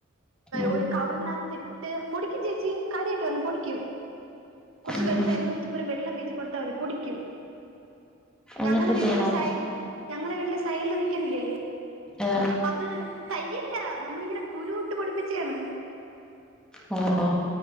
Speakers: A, in the centre; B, on the right.
A: ഉം
B: ഒരു കവറിനകത്തിട്ട് പൊടിക്കും ചേച്ചി കാര്യമായിട്ട് പറഞ്ഞ പൊടിക്കും കുറച്ച്
A: ഉം
B: വെള്ളം എന്ന ഒത്തപ്പുരം വെള്ളം വീത്തി കൊടുത്താൽ മതി പൊടിക്കും
A: എന്നിട്ട്
B: ഞങ്ങളുടെ
A: എന്ത്
B: വീട്ടിലെ
A: ചെയ്യണം
B: സൈ ഞങ്ങളുടെ വീട്ടിലെ സൈഡിൽ നി ക്കില്ലേ
A: ഏ
B: അത് തയ്യല്ല നമ്മളിങ്ങനെ കുരുട്ട് പഠിപ്പിച്ചേണ്
A: ഓ അ